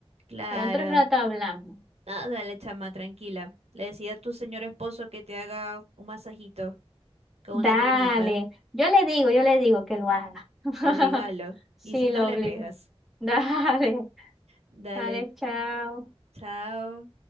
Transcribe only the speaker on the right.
Claro.
Nada, dale, chama, tranquila. Le decía a tu señor esposo que te haga un masajito con
una cremita.
Obligalo.
Y si no,
le
pegas.
Dale,
chao.